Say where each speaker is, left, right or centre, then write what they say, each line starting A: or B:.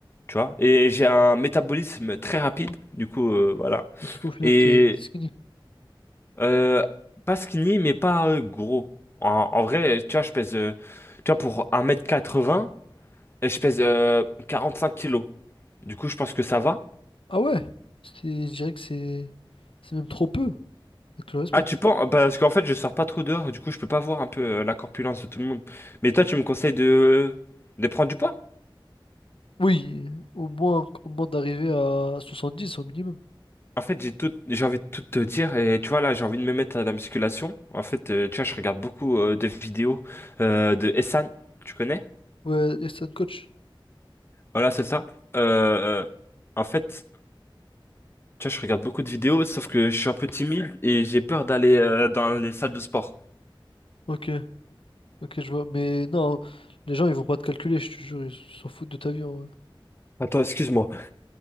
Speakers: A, on the left; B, on the left.
A: tu vois. Et j'ai un métabolisme très rapide, du coup, euh, voilà.
B: Et du coup, au final,
A: Et
B: t'es t'es skinny.
A: euh, pas skinny, mais pas euh, gros. En, en vrai, tu vois, je pèse, euh, tu vois, pour un mètre quatre-vingts, euh, je pèse euh, cinq kilos. Du coup, je pense que ça va.
B: Ah ouais, c'est... je dirais que c'est... C'est même trop peu, avec tout le respect.
A: Ah, tu penses? Parce qu'en fait, je sors pas trop dehors, du coup, je peux pas voir un peu euh, la corpulence de tout le monde. Mais toi, tu me conseilles de, de prendre du poids?
B: Oui, au moins, au moins d'arriver à 70 au minimum.
A: En fait, j'ai tout, j'ai envie de tout te dire et tu vois là, j'ai envie de me mettre à la musculation. En fait, euh, tu vois, je regarde beaucoup euh, de vidéos euh, de Essan, tu connais?
B: Ouais, Estan Coach.
A: Voilà, c'est ça. Euh, euh, en fait, tu vois, je regarde beaucoup de vidéos, sauf que je suis un peu timide et j'ai peur d'aller euh, dans les salles de sport.
B: Ok, ok, je vois. Mais non, les gens, ils vont pas te calculer, je te jure, ils s'en foutent de ta vie, en vrai.
A: Attends, excuse-moi.